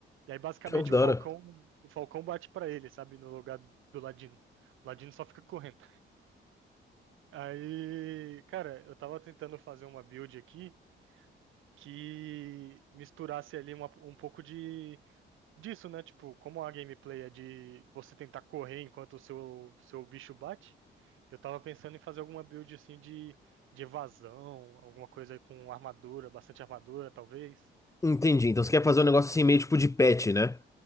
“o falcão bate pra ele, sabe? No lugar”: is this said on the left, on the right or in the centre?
Right